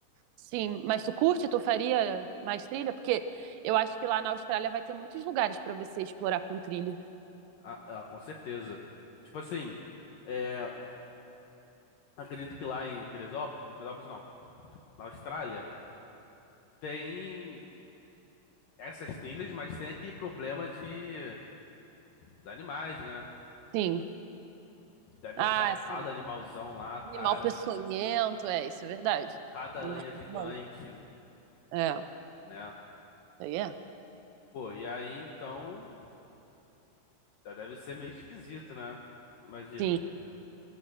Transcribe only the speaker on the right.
Sim, mas tu curte? Tu faria mais trilha? Porque eu acho que lá na Austrália vai ter muitos lugares para você explorar com trilha.
Sim.
Ah,
sim.
Animal
peçonhento, é, isso é verdade.
Não
dá pra
dar mole. É,
aí é.
Sim.